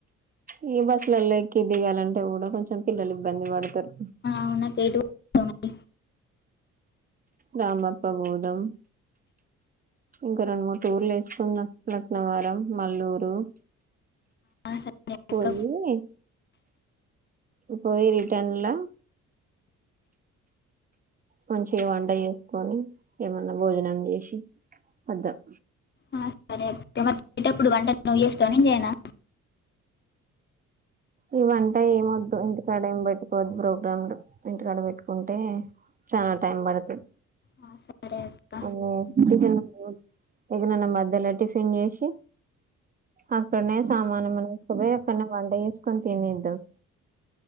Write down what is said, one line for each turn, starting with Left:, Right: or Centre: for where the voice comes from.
Right: ఇగ బస్సులల్ల ఎక్కి దిగాలంటే కూడా కొంచెం పిల్లలు ఇబ్బంది పడుతరు
Left: అవునక్క కేటు ఆ,
Right: రామప్ప పోదం ఇంకా రెండు మూడు టూర్లు ఏసుకుందాం లక్నవరం మల్లూరు
Left: సరే
Right: పోయ్యి
Left: అక్క
Right: పోయి రిటర్న్ల మంచిగ వంట చేసుకొని ఏమన్నా భోజనం చేసి వద్దాం
Left: ఆ, సరే మరి పోయేటప్పుడు వంట నువ్ చెస్తవ నేన్ చేయనా
Right: ఈ వంట ఎంవ్వద్దు ఇంటికాడ ఏం పెట్టుకోవద్దు ప్రోగ్రాంలు ఇంటికాడ పెట్టుకుంటే చానా టైమ్ పడ్తది
Left: ఆ, సరే అక్క
Right: అదే టిఫిన్ చూడ్ ఎగనన్న మధ్యలా టిఫిన్ చేసి అక్కన్నే సామాన్ ఏమనాతీస్కాపోయి అక్కన్నే వంట చేసుకొని తినేద్దాం